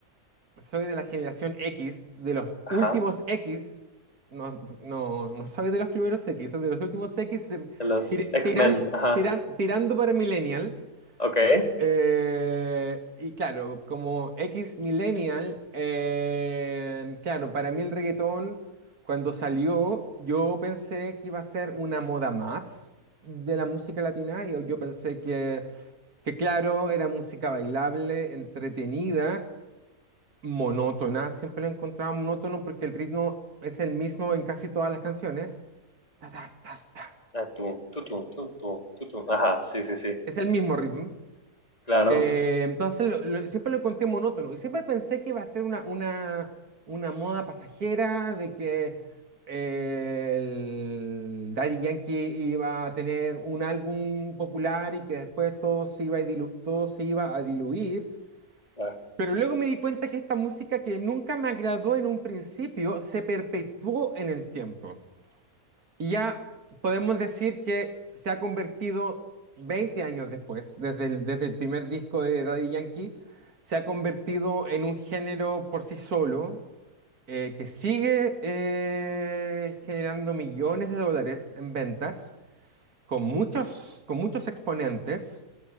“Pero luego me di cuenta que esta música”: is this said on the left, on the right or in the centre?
Right